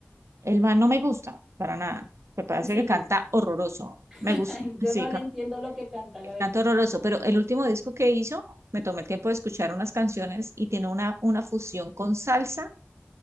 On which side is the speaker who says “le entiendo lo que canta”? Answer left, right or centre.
Centre